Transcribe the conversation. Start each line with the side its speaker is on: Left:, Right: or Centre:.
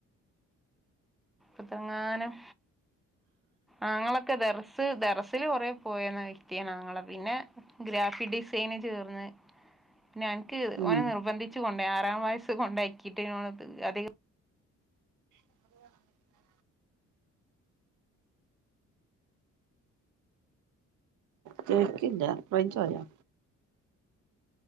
Centre: ഇപ്പതങ്ങാനും ആങ്ങളോക്കെ ദെറസ് ദെറസില് കൊറെ പോയെന്ന വ്യക്തിയാണ് ആങ്ങള പിന്നെ ഗ്രാഫിക് ഡിസൈന് ചേർന്ന് ഞാൻ
Right: ഉം
Centre: ഓനെ നിർബന്ധിച്ച് കൊണ്ട ആറാം വയസ്സ് കൊണ്ടക്കിട്ട് അധികം
Right: അത ചേക്കില്ല റേഞ്ച്പോയോ